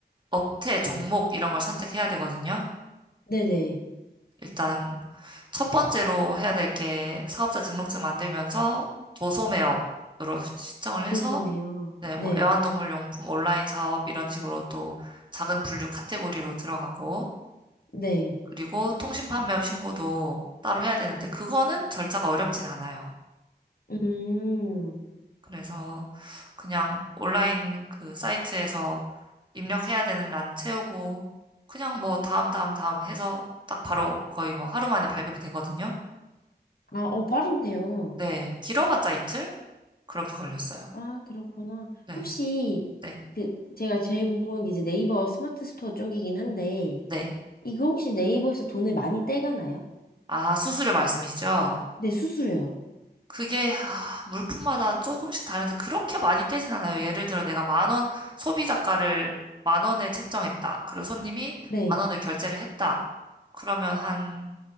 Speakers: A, on the right (about 25°); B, on the left (about 60°).
A: 업태, 종목 이런 걸 선택해야 되거든요.
B: 네네.
A: 일단 첫 번째로 해야 될 게 사업자 등록증 만들면서 도소매업으로 시- 신청을 해서
B: 도소매요.
A: 네,
B: 네.
A: 뭐 애완동물 용품 온라인 사업 이런 식으로 또 작은 분류 카테고리로 들어가고
B: 네.
A: 그리고 통신 판매업 신고도 따로 해야 되는데 그거는 절차가 어렵진 않아요.
B: 음.
A: 그래서 그냥 온라인 그 사이트에서 입력해야 되는 란 채우고 그냥 뭐 다음 다음 다음 해서 딱 바로 거의 뭐 하루 만에 발급이 되거든요.
B: 아, 어, 빠르네요.
A: 네, 길어봤자 이틀? 그렇게 걸렸어요.
B: 아, 그렇구나.
A: 네,
B: 혹시,
A: 네,
B: 그, 제가 제일 궁금한 게 이제 네이버 스마트 스토어 쪽이긴 한데,
A: 네.
B: 이거 혹시 네이버에서 돈을 많이 떼가나요?
A: 아, 수수료 말씀이시죠?
B: 네, 수수료요.
A: 그게, 아, 물품마다 조금씩 다른데 그렇게 많이 떼진 않아요. 예를 들어 내가 만 원, 소비자가를 만 원에 책정했다. 그리고 손님이
B: 네.
A: 만 원을 결제를 했다. 그러면 한